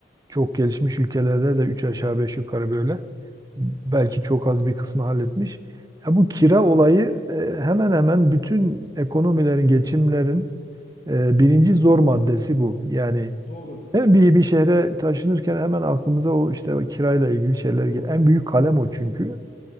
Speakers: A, on the right; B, on the left.
A: çok gelişmiş ülkelerde de üç aşağı beş yukarı böyle. Belki çok az bir kısmı halletmiş. Ya bu kira
B: hı hı.
A: olayı e, hemen hemen bütün ekonomilerin, geçimlerin e, birinci zor maddesi bu. Yani
B: Doğru.
A: hem bir, bir şehre taşınırken hemen aklımıza o işte o kirayla ilgili şeyler geliyor.
B: Doğru.
A: En büyük kalem o çünkü.